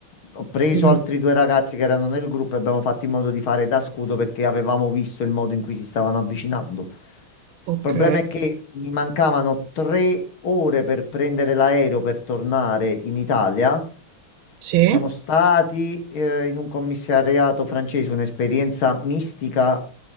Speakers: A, on the left; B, on the right.
A: Ho preso
B: Mm.
A: altri due ragazzi che erano nel gruppo e abbiamo fatto in modo di fare da scudo perché avevamo visto il modo in cui si stavano avvicinando. Il
B: Ok.
A: problema è che mi mancavano tre ore per prendere l'aereo per tornare in Italia.
B: Sì.
A: Siamo stati eh, in un commissariato francese, un'esperienza mistica,